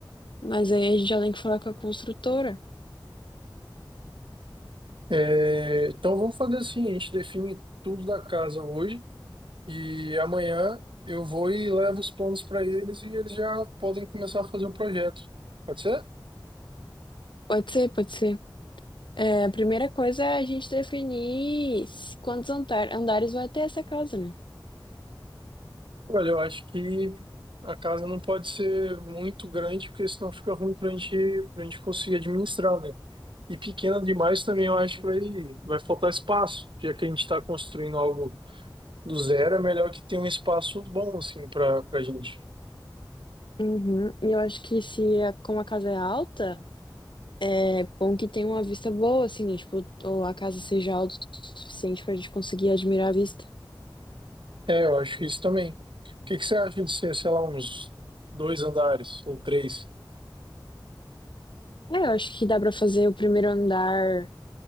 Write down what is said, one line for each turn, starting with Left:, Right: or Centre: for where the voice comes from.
Left: Mas aí a gente já tem que falar com a construtora.
Right: É, então vamos fazer assim, a gente define tudo da casa hoje e amanhã eu vou e levo os planos para eles e eles já podem começar a fazer o projeto. Pode ser?
Left: Pode ser, pode ser. É, a primeira coisa é a gente definir se- quantos andar- andares vai ter essa casa, né?
Right: Olha, eu acho que a casa não pode ser muito grande, porque senão fica ruim para a gente, para gente conseguir administrar, né? E pequena demais também eu acho que vai, vai faltar espaço, já que a gente está construindo algo do zero, é melhor que tenha um espaço bom, assim, para para gente.
Left: Uhum. E eu acho que se a- como a casa é alta. É bom que tenha uma vista boa, assim, né? Tipo, ou a casa seja alta o suficiente pra gente conseguir admirar a vista.
Right: É, eu acho que isso também. O que que você acha de ser, sei lá, uns dois andares ou três?
Left: É, eu acho que dá pra fazer o primeiro andar.